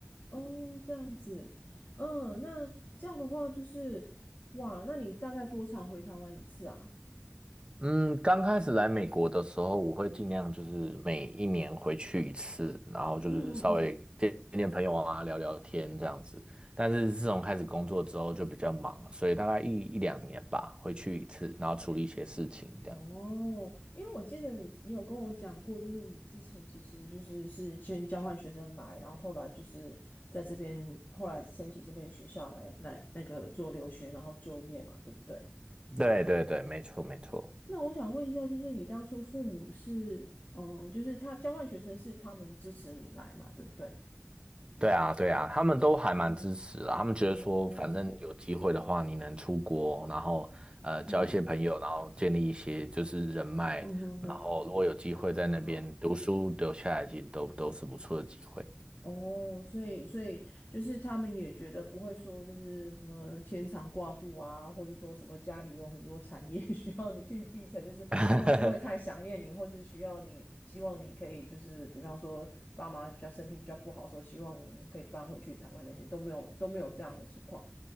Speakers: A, on the left (about 45°); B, on the right (about 25°).
A: 哦，这样子，嗯，那这样的话就是，哇，那你大概多长回台湾一次啊？
B: 嗯，刚开始来美国的时候，我会尽量就是每一年回去一次，然后就是稍微见见朋友啊，
A: 嗯嗯嗯
B: 聊聊天这样子。但是自从开始工作之后就比较忙，所以大概一一两年吧，回去一次，然后处理一些事情这样。
A: 哦，因为我记得你也有跟我讲过，就是你之前其实就是是先交换学生来，然后后来就是在这边，后来申请这边学校来来那个做留学，然后就业嘛，对不对？
B: 对对对，没错没错。
A: 那我想问一下，就是你当初父母是，嗯、就是他交换学生是他们支持你来嘛，对不对？
B: 对啊，对啊，他们都还蛮支持啦。
A: 哦
B: 他们觉得说，
A: 哦，
B: 反正有机会的话，你能出国，然后呃交一些朋友，
A: 嗯
B: 然后建立一些就是人脉，
A: 嗯哼哼，
B: 然后如果有机会在那边读书留下来，
A: 还蛮好。
B: 其实都都是不错的机会。
A: 哦，所以所以就是他们也觉得不会说就是什么牵肠挂肚啊，或者说什么家里有很多产业 <laughs> 需要你去继承，就是或是会太想念你，
B: <laughs>
A: 或是需要你希望你可以就是比方说爸妈比较身体比较不好的时候，希望你可以搬回去台湾那些都没有都没有这样的情况。